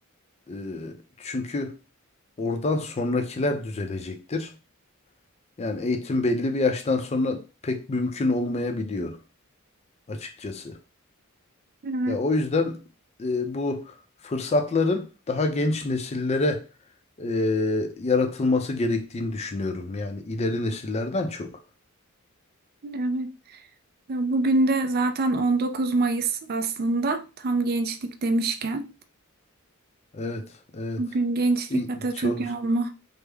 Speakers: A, on the left; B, on the right.
A: Ee, çünkü oradan sonrakiler düzelecektir. Yani eğitim belli bir yaştan sonra pek mümkün olmayabiliyor açıkçası.
B: Evet,
A: Ya o yüzden e, bu fırsatların daha genç nesillere e, yaratılması gerektiğini düşünüyorum. Yani ileri nesillerden çok.
B: evet. Ya Bugün de zaten 19 Mayıs aslında tam gençlik demişken.
A: Evet, evet.
B: Bugün gençlik
A: İ-
B: Atatürk'ü
A: Çok
B: anma